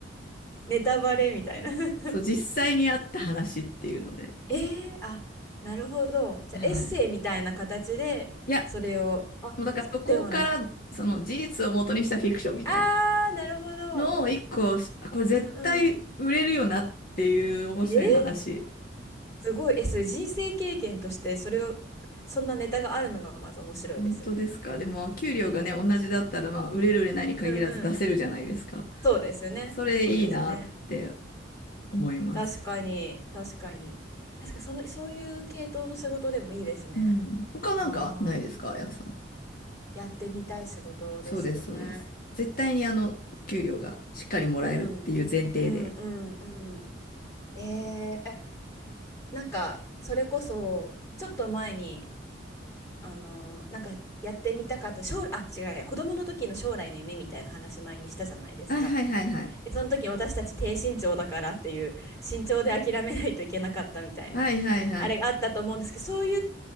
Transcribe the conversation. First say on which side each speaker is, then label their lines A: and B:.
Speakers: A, on the left; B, on the left.
A: <laughs> ネタバレみたいな <laughs>
B: そう、実際にあった話っていうので。
A: えー、あ、なるほど。じゃあ、
B: はい。
A: エッセイみたいな形で、
B: いや
A: それを、あ、
B: もうだからそこからその事実を元にしたフィクションみたいな
A: ではなく、あー、なるほど。
B: のを一個あこれ絶対売れるよなっていう面白い話。
A: うんうん。えー、すごい。え、それ人生経験として、それを、そんなネタがあるのがまず面白いですね。
B: 本当ですか。でも給料がね、
A: えー、
B: 同じだったらまあ売れる売れないに限らず出せるじゃないですか。
A: うんうん。そうですね。
B: それいいなって
A: そうですね。
B: 思います。
A: 確かに、確かに。確かにその、そういう系統の仕事でもいいですね。
B: うん。他なんかないですか、
A: ああ、
B: あやさん。
A: やってみたい仕事ですよね。
B: そうです、そうです。絶対にあの、お給料がしっかりもらえるっていう前提で。
A: うん、うん、うん、うん。えー、え、なんか、それこそ、ちょっと前に、あの、なんか、やってみたかった、将来、あ、違うや、子供の時の将来の夢みたいな話前にしたじゃないですか。
B: はいはいはいはい。
A: で、その時私たち低身長だからっていう、身長で諦めないといけなかったみたいな、
B: はいはいはい。
A: あれがあったと思うんですけど、そうい